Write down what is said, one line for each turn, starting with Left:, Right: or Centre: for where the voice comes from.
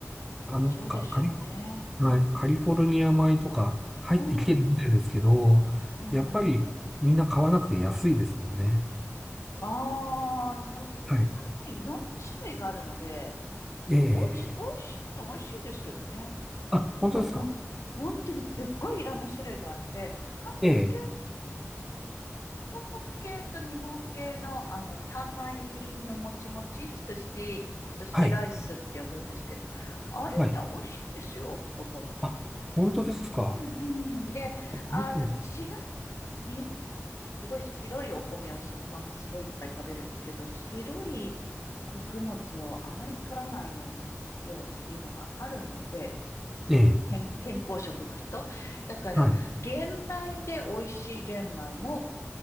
Centre: あの、
Left: そうでしょうね。
Centre: カカリ、はい、カリフォルニア米とか入ってきてるみたいですけど、
Left: うん、うん、
Centre: やっぱりみんな買わなくて安いですもんね。
Left: うん。ああ、あの、カルボナーラね、
Centre: はい。
Left: いろんな種類があるので、
Centre: ええ
Left: 美味し、美味しいの美味しいですけどね。
Centre: あ、本当ですか。
Left: もう、もう、本当にすっごいいろんな種類があって、韓国系、
Centre: ええ
Left: 韓国系と日本系の、あの、単米のもちもち、寿司、寿司ライスって呼ぶんですけど、
Centre: はい。
Left: あれね、
Centre: はい
Left: 美味しいですよ、どこも。
Centre: あ、本当ですか。
Left: うんうん。で、
Centre: う
Left: あの、違いがね、
Centre: ん
Left: 日本の人ってすごい白いお米をそのまんますごいいっぱい食べるんですけど、白い穀物をあまり取らないようにしようっていうのがあるので、
Centre: ええ、ええ、
Left: 健、健康食の人。だから、
Centre: はい、
Left: 玄米で美味しい玄米も